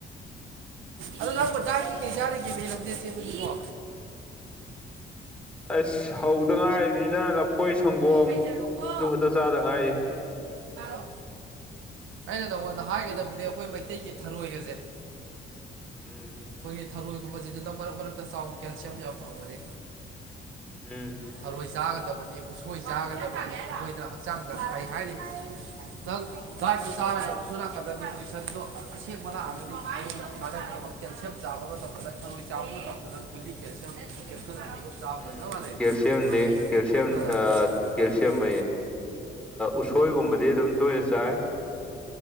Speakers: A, on the right; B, in the centre.
A: ꯑꯗꯨ ꯅꯥꯪꯕꯨ ꯀꯔꯤ ꯗꯥꯏꯠꯇ ꯆꯥꯔꯤꯒꯦꯅꯦ ꯅꯥꯪꯕꯣ ꯂꯥꯝꯖꯦꯜ ꯆꯦꯟꯕꯗꯨꯕꯣ
B: ꯑꯁ ꯍꯧꯗ ꯉꯥꯏꯔꯤꯕꯅꯤꯅ ꯂꯐꯣꯏ ꯁꯪꯒꯣꯝ
A: ꯍꯩꯖꯔꯣꯀꯣ
B: ꯑꯗꯨ ꯈꯛꯇ ꯆꯥꯗ ꯉꯥꯏꯔꯤ
A: ꯄꯥꯔꯣ ꯑꯩꯅ ꯅꯉꯣꯟꯗ ꯍꯥꯏꯒꯗꯕꯗꯤ ꯑꯩꯈꯣꯏ ꯃꯩꯇꯩꯒꯤ ꯊꯔꯣꯏꯒꯁꯦ
B: ꯎꯝ
A: ꯑꯩꯈꯣꯏꯒꯤ ꯊꯔꯣꯏꯒꯨꯝꯕ ꯁꯤꯁꯤꯗ ꯃꯔꯛ ꯃꯔꯛꯇ ꯆꯥꯎ ꯀꯦꯜꯁꯤꯌꯝ ꯌꯥꯝ ꯐꯪꯕꯅꯤ
B: ꯎꯝ
A: ꯊꯔꯣꯏ ꯆꯥꯒꯗꯕꯅꯤ ꯎꯁꯣꯏ ꯆꯥꯒꯗꯕꯅꯤ ꯑꯩꯈꯣꯏꯅ ꯍꯛꯆꯥꯡꯗ ꯐꯩ ꯍꯥꯏꯔꯤ ꯅꯪ ꯥꯗꯥꯥꯏꯠꯇꯨ ꯆꯥꯔ ꯁꯣꯝ ꯅꯥꯀꯟꯗ ꯅꯤꯌꯨꯇꯔꯤꯁꯟꯗꯣ ꯑꯁꯦꯡꯕ ꯂꯥꯛꯑꯒꯗꯤ ꯅꯉꯣꯟꯗ ꯀꯥꯅꯅꯤꯕ ꯀꯦꯜꯁꯤꯌꯝ ꯆꯥꯕ ꯃꯇꯝꯗ ꯅꯪ ꯊꯔꯣꯏ ꯆꯥꯕ ꯃꯇꯝꯗ ꯒꯨꯂꯤ ꯀꯦꯜꯁꯤꯌꯝ ꯀꯦꯞꯁꯨꯜ ꯑꯅꯤ ꯆꯥꯕꯒ
B: ꯎꯝ ꯀꯦꯜꯁꯤꯌꯝꯗꯤ
A: ꯆꯞ ꯃꯥꯟꯅꯩꯕ
B: ꯀꯦꯜꯁꯤꯌꯝ
A: ꯑ
B: ꯀꯦꯜꯁꯤꯌꯝ ꯂꯩꯌꯦ ꯎꯁꯣꯏꯒꯨꯝꯕꯗꯤ ꯑꯗꯨꯝ ꯇꯣꯏꯅ ꯆꯥꯏ